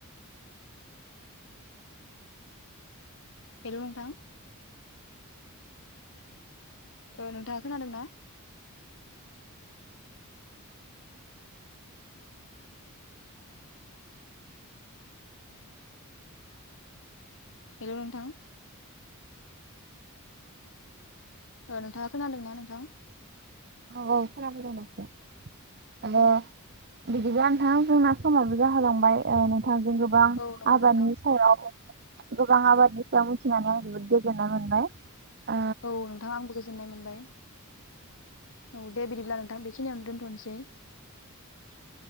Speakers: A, on the left (about 60°); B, on the right (about 50°).
A: हेलौ नोंथां ओ नोंथाङा खोनादोंना? हेलौ नोंथां ओ नोंथाङा खोनादोंना नोंथां?
B: औ औ <unintelligible> आब'
A: औ
B: बिदिबा नोंथां जोंना समाबो जाहोलांबाय ओ नों थांजों गोबां
A: औ नंगौ
B: आबादनि
A: नोंथां
B: सायाव गोबां आबादनि सायाव मिथिनानै आं जोबोद गोजोननाय मोनबाय दा
A: औ नोंथां आंबो गोजोननाय मोनबाय औ दे बिदिब्ला नोंथां बेखिनियावनो दोनथ'नसै। <inaudible>